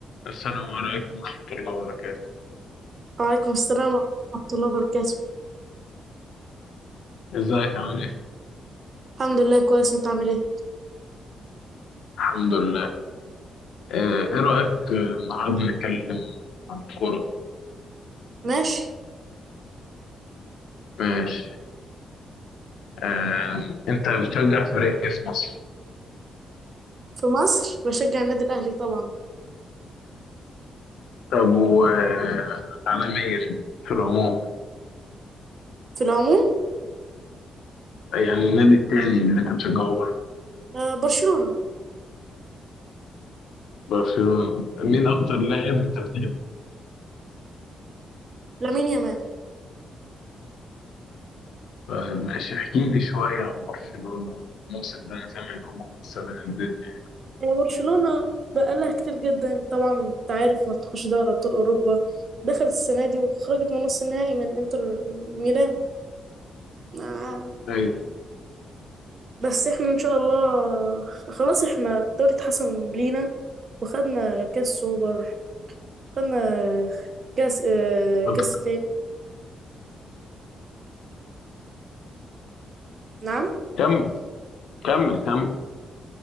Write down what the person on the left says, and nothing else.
السلام عليكم ورحمة الله وبركاته
ازيك عامل ايه؟
الحمد لله آه، ايه رأيك آه، النهارده نتكلم عن الكورة
ماشي آه، انت بتشجع فريق ايه في مصر؟
طب وعالميا في العموم
يعني النادي التاني اللي انت بتشجعه بره
برشلونة مين اكتر لاعب انت بتحبه؟
طيب ماشي احكي لي شوية عن برشلونة الموسم ده انا سامع ان هم مكسرين الدنيا
ايوه
طب
كمل كمل كمل